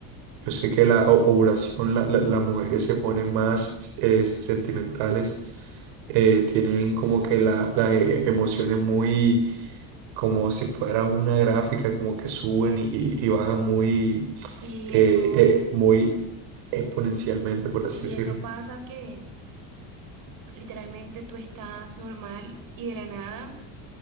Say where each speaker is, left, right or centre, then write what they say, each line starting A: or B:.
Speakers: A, on the right; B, on the right.
A: yo sé que la o- ovulación, la- la- las mujeres se ponen más eh, sentimentales, eh, tienen como que la- las eh, emociones muy, como si fuera una gráfica, como que suben y, y- y bajan muy
B: si
A: eh,
B: eso,
A: eh, muy exponencialmente, por
B: si
A: así decirlo.
B: eso pasa que literalmente tú estás normal y de la nada